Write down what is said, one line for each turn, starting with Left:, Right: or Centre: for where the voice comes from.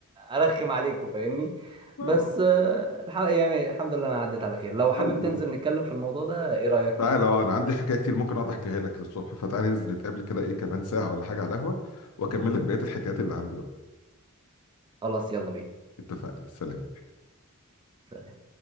Right: ارخم عليكم فاهمني
Left: آه،
Right: بس آه، الحق يعني الحمد لله انا عديت على خير لو حابب
Left: الحمد
Right: تنزل نتكلم في الموضوع ده ايه رايك
Left: تعالى اه انا عندي حكايه كتير ممكن اقعد احكيها لك للصبح فتعالى ننزل نتقابل كده ايه كمان ساعه ولا حاجه على القهوه واكمل لك بقيه الحكايات اللي عندي بقى
Right: خلاص يلا بينا
Left: اتفقنا سلام
Right: سلام.